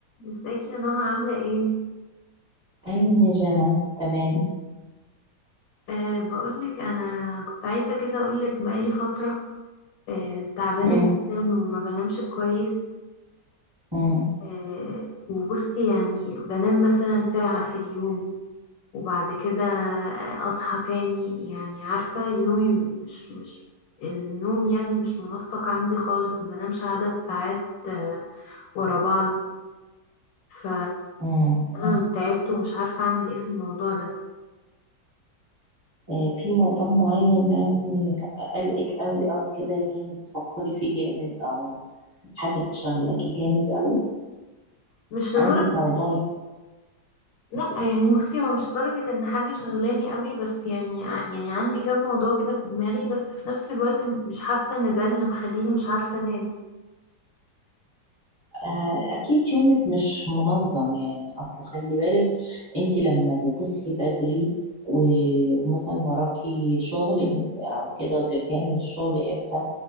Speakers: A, on the left; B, on the right.
A: ازيك يا نهى عاملة ايه؟
B: قال لي يا جنى تمام
A: أه بقولك انا كنت عايزة كده اقولك بقالي فترة أه تعبانة
B: مم.
A: جدا وما بنامش كويس
B: مم.
A: أه وبصي يعني بنام مثلا ساعة في اليوم وبعد كده آه، اصحى تاني يعني عارفة يومي مش مش النوم يعني مش منسق عندي خالص ما بنامش عدد ساعات أه ورا بعض ف
B: مم.
A: انا تعبت ومش عارفة اعمل ايه في الموضوع ده
B: إيه في موضوع معين يعني قلقك قوي او كده يعني بتفكري فيه جامد او حاجة شغلاكي جامد قوي
A: مش
B: عندك
A: لدرجة
B: موضوع
A: لا يعني بصي هو مش درجة ان حاجة شغلاني قوي بس يعني ع- يعني عندي كم موضوع كده في دماغي بس في نفس الوقت م- مش حاسة ان ده اللي مخليني مش عارفة انام
B: آه، اكيد يومك مش منظم يعني اصل خلي بالك انت لما بتصحي بدري و- ومثلا وراكي شغل إن- او كده وترجعي من الشغل امتى